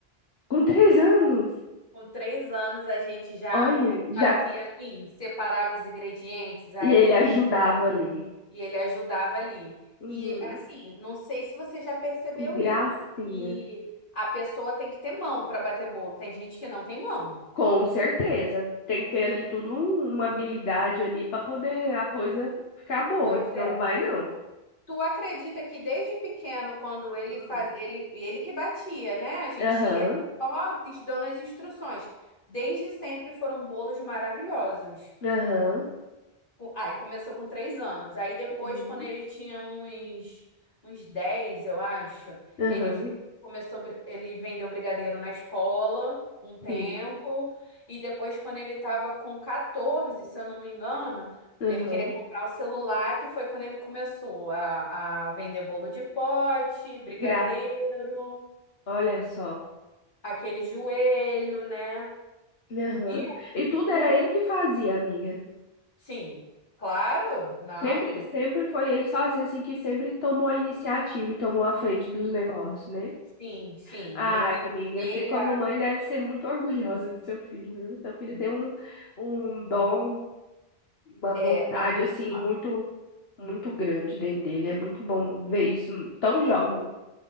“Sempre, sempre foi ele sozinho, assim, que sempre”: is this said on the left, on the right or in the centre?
Left